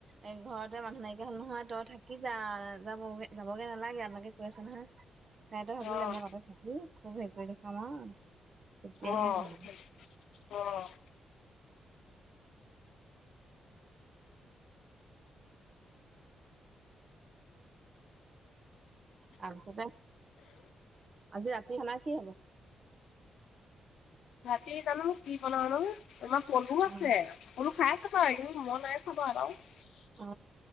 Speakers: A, on the right; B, on the left.
A: এই ঘৰতে মানুহ নাইকিয়া হ'ল নহয় তই থাকি যা যাবগ যাবগে নালাগে আপোনালোকে কৈ আছে নহয়। তাইতো ভাবিলে
B: অ'
A: মই তাতে থাকি খুব হেৰি কৰি দেখাম আৰু তেতিয়াহে
B: অ'
A: হ'ব।
B: অ
A: তাপিছতে, আজি ৰাতি খানা কি হব।
B: ৰাতি জানো কি বনাও নো আমাৰ পলু আছে।
A: অ
B: পলু খাই আছ তই কিন্তু মই নাই খোৱা বাও এটাও, <unintelligible> <unintelligible>
A: অ